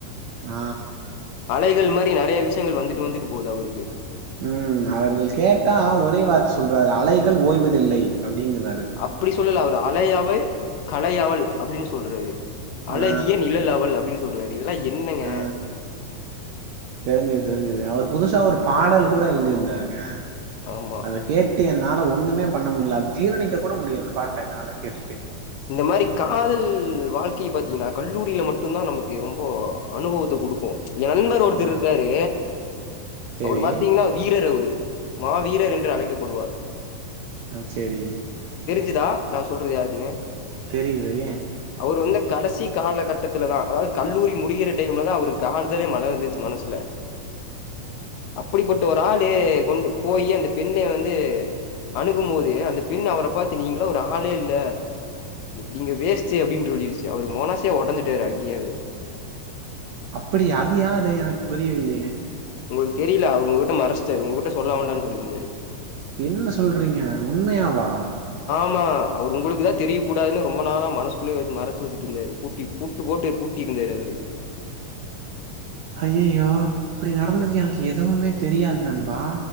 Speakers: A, on the right; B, on the left.
A: ஆ
B: அலைகள் மாரி நெறய விஷயங்கள் வந்துட்டு வந்துட்டு போகுது அவருக்கு
A: உம் அவர்கள் கேட்டா ஒரே வார்த்த சொல்றாரு அலைகள் ஓய்வதில்லை அப்டிங்குறாரு
B: அப்படி சொல்லல அவர் அலையவள் கலையவள் அப்டின்னு சொல்றாரு அழகிய
A: ஆ
B: நிழல் அவள் அப்டின்னு சொ சொல்றாரு இதெல்லாம் என்னங்க?
A: ஆ தெரிஞ்சுது தெரிஞ்சுது அவர் புதுசா ஒரு பாடல் கூட எழுதி இருந்தாருங்க
B: ஆமா.
A: அத கேட்டு என்னால ஒன்னுமே பண்ண முடியல அத ஜீரணிக்க கூட முடியல அந்த பாட்ட என்னால கேட்டுட்டு
B: இந்த மாரி காதல் வாழ்க்கைய பாத்தீங்கனா கல்லூரில மட்டு தா நமக்கு ரொம்ப அனுபவத்த குடுக்கு என் நண்பர் ஒருத்தர்
A: ஆ
B: இருக்காரு
A: சேரி
B: அவுரு பாத்தீங்கன்னா வீரர் அவுரு மாவீரர் என்று அழைக்கப்படுவார்
A: ஆ சேரிங்க
B: குதா நா சொல்றது யாருன்னு
A: தெரிலயே
B: அவுர் வந்து கடசி காலகட்டத்துலதான் அதாவுது கல்லூரி முடிகிற டைம்லதா அவுருக் காதலே மலர்ந்துச்சு மனசுல அப்புடி பட்ட ஒரு ஆளு கொண்டு போயி அந்த பெண்ணை வந்து அணுகும் போது அந்த பெண் அவர பாத்து நீங்கள்லா ஒரு ஆளே இல்ல நீங்க வேஸ்ட்டு அப்டின் சொல்லிருச்சு அவரு மனசே ஒடஞ்சுட்டாரு அங்கயே அவுரு
A: அப்புடியா அது யாரு எனக்கு புரியவில்லயே
B: உங்களுக்கு தெரில உங்ககிட்ட மறைச்சுட்டாரு உங்ககுட்ட சொல்ல வேண்டான்னு சொல்லிருந்தாரு
A: என்ன சொல்றீங்க உண்மையாவா
B: ஆமா அவுர் உங்களுக்கு தா தெரியு கூடாதுன்னு ரொம்ப நாளா மனசுக்குள்ளயே வச்சு மறைச்சு வச்சுட்டு இருந்தாரு பூட்டி பூட்டு போட்டு பூட்டி இருந்தாரு அவுரு
A: அய்யுயோ இப்டி நடந்தது எனக் எதுவுமே தெரியாதுனா வா